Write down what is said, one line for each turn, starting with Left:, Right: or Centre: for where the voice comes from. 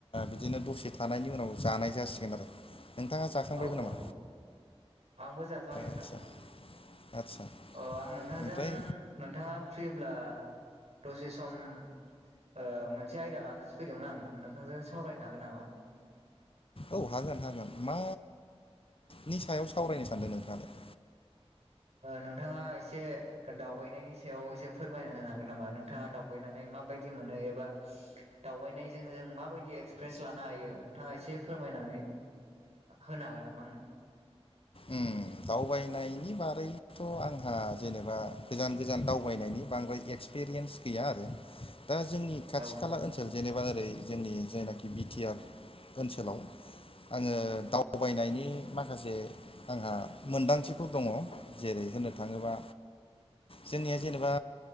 Left: बिदिनो दसे थानायनि उनाव जानाय जासिगोन आरो। नोंथाङा जाखांबायबो
Right: औ
Left: नामा
Right: औ आंबो जाथवाखै नोंथां।
Left: आदसा आदसा
Right: अ आं नोंथांजों
Left: ओमफ्राय
Right: नोंथाङा फ्रिब्ला दसे सम ओ मोनसे आयदा लानासो फैदोंमोन आं नोंथांजों सावरायनो हागोन नामा?
Left: औ हागोन हागोन मा? नि सायाव सावरायनो सानदों नोंथाङालाय।
Right: नोंथाङा एसे दावबायनायनि सायाव एसे फोरमायना होनो हागोन नामा नोंथाङा दावबायनानै मा माबायदि मोनो एबा दावबायनायजों जों माबायदि एक्सपिरियेन्स लानो हायो नोंथाङा एसे फोरमायना होनो हागोन नामा आंनो?
Left: उम
Right: <inaudible>
Left: दावबायनायनि बारैथ आंहा जेनेबा गोजान गोजान दावबायनायनि बांद्राय एक्सपिरियेन्स गैया आरो दा जोंनि खाथि
Right: औ
Left: खाला ओनसोल जेनेबा ओरै जोंनि जायनाखि बिटिआर ओनसोलाव आंङो दावबायनायनि माखासे आंहा मोनदांथिफोर दङ जेरै होननो थाङोबा जोंनिया जेनेबा